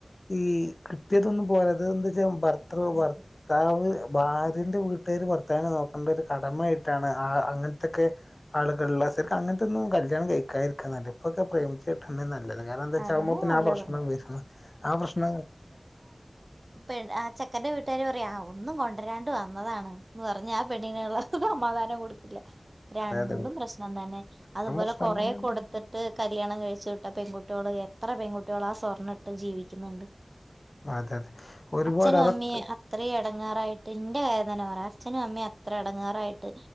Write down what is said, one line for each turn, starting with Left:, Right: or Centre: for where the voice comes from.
Left: ഈ ക്രിത്യ ട്ടൊന്നും പോര ത് ന്ത് രും ഭർതൃ
Right: അതെ
Left: ഭർത്താവ് ഭാര്യന്റെ വീ തേര് ഭർത്താവിനെ നോക്കേണ്ട ഒരു കടമ ആയിട്ടാണ് ആഹ് അങ്ങൻത്തെക്കെ ആളുകളുള്ള സെര്ക് അങ്ങൻത്തെന്നും കര് ല്ല്യാണം കഴിക്കാതിരിക്ക നല്ലത് ഇപ്പൊക്കെ പ്രേമിച്ചിട്ടന്നെ നല്ലത് കാരണം എന്താച്ചാഉമ്പോ
Right: അതന്നെ
Left: പിന്നെ
Right: നല്ലത്
Left: ആ പ്രശ്ന വരുന്നല്ല ആ പ്രശ്ന
Right: പെൺ ആഹ് ചെക്കന്റെ വീട്ടാര് പ റിയാ ഒന്നും കൊണ്ട്രാണ്ട് വന്നതാണ് ന്ന് പർഞ് ആഹ് പെണ്ണിന്ള്ള മാധാനം കൊടുക്കില്ല രണ്ടും
Left: അതെ അതെ
Right: പ്രശ്നം തന്നെ
Left: വീണ്ടും
Right: അതുപോലെ
Left: പ്രശ്നം
Right: കൊറേ
Left: തന്നെയാണ്
Right: കൊടുത്തിട്ട് ല്യാണം കഴിച്ചു വിട്ട പെൺകുട്ടിള് എത്ര പെൺകുട്ടിളാ ആഹ് സ്വർണ്ണട്ട് ജീവിക്കുന്നുണ്ട്.
Left: അതെ അതെ ഒരുപാട്
Right: അച്ഛനും
Left: അതൊക്കെ
Right: അമ്മി അത്രയും എടങ്ങേറായിട്ട് ന്റെ കാര് തെന്ന പറയാ അച്ഛനും അമ്മേ അത്ര എടങ്ങാറായിട്ട്